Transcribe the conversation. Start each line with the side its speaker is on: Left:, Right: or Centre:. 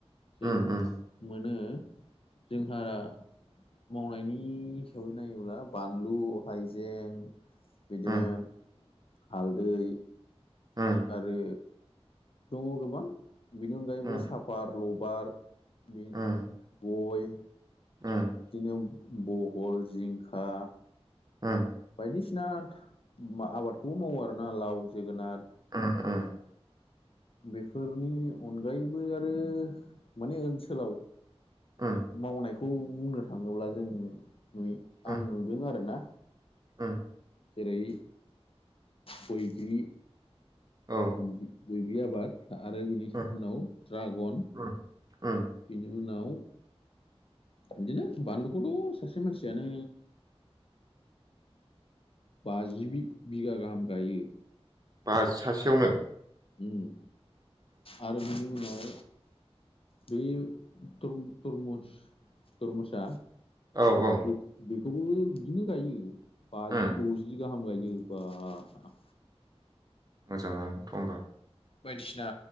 Left: जों
Right: उम
Left: आ
Right: उम
Left: मोनो जोंहारा माव मानि हिसाबै नायोब्ला बानलु हाइजें बिदिनो
Right: उम
Left: हालदै
Right: उम
Left: आरो दङ' गोबां बेनि अनगायैबो
Right: उम
Left: साफार लबार बे
Right: उम
Left: गय
Right: उम
Left: दिनो बहल जिंखा
Right: उम
Left: बायदिसिना था मा आबादखौबो मावो आरोना लाव जोगोनाद
Right: उम उम
Left: बेफोरनि अनगायैबो आरो माने ओनसोलाव
Right: उम
Left: मावनाय खौ बुंनो थाङोब्ला जों नुय आं
Right: उम
Left: नुदों आरोना
Right: उम
Left: जेरै बोइग्रि
Right: औ
Left: बैग्रि बैग्रि आबाद आरो बिनि
Right: उम
Left: उनाव ड्रागन
Right: उम उम
Left: बिनि उनाव इदिनो बानलुखौथ' सासे मानसियानो बाजि बि-बिगा गाहाम गायो।
Right: बाज सासेयावनो
Left: उम आरो बिनि उनाव बियो तर-तरमुस तरमुसा
Right: औ औ
Left: बे-बेखौबो बिदिनो गायो बाजि
Right: उम
Left: द'जि गाहाम गायो। बा हा
Right: मोजाङानो थ' होमबा।
Left: बायदिसिना